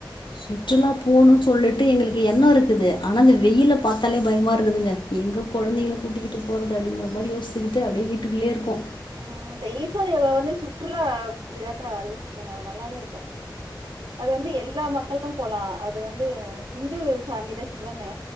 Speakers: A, on the left; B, on the right.
A: சுற்றுலா போணுனு சொல்லிட்டு எங்களுக் எண்ணம் இருக்குது ஆனா அந்த வெயில பாத்தாலே பயமா இருக்குதுங்க எங்க கொழந்தைங்கள கூட்டிகிட்டு போறது அப்படிங்கிற மாரி யோசித்துக்ட்டு அப்படியே வீட்டுக்குள்ளேயே இருக்கோ
B: அ இந்த ஈசா யோகா வந்து சுற்றுலா இத அறிவிச்சிருக்காங்க அது நல்லாதா இருக்கும் அது வந்து எல்லா மக்களும் போலா அது வந்து இந்து சாமி தா சிவனு